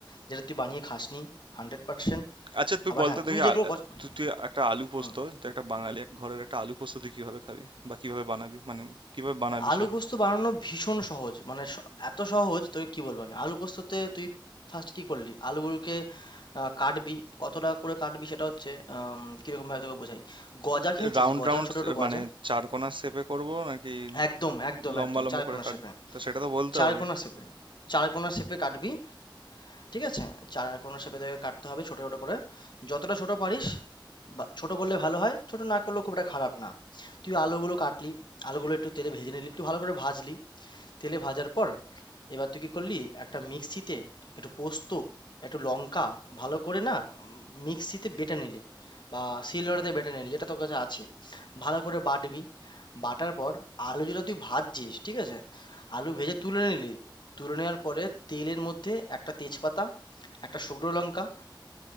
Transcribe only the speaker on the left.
যেটা তুই বানিয়ে খাসনি হান্ড্রেড পার্সেন্ট
আবার
হ্যাঁ
তুই যেগুলো
পছ-
হুম
আলু
পোস্ত বানানো ভীষণ সহজ মানে স- এত সহজ তোকে কি বলবো আমি আলু পোস্ততে তুই ফার্স্ট কি করলি আলুগুলোকে আহ, কাটবি কতটা করে কাটবি সেটা হচ্ছে আম, কিরকম ভাবে তোকে বোঝাই গজা খেয়েছিস
গজা
ছোট ছোট গজা
একদম একদম
একদম
চার
কোনা
শেপে
চার
কোনা শেপে চার কোনা শেপে কাটবি ঠিক আছে চার কোনা শেপে তোকে কাটতে হবে ছোট ছোট করে যতটা ছোট পারিস বা- ছোট করলে ভালো হয় ছোট না করলেও খুব একটা খারাপ না তুই আলুগুলো কাটলি আলুগুলো একটু তেলে ভেজে নিলি একটু ভালো করে ভাজলি তেলে ভাজার পর এবার তুই কি করলি একটা মিক্সিতে একটু পোস্ত একটু লঙ্কা ভালো করে না মিক্সিতে বেটে নিলি বা শিলনোড়াতে বেটে নিলি যেটা তোর কাছে আছে ভালো করে বাটবি বাটার পর আলু যেটা তুই ভাজছিস ঠিক আছে আলু ভেজে তুলে নিলি তুলে নেওয়ার পরে তেলের মধ্যে একটা তেজপাতা একটা শুকনো লঙ্কা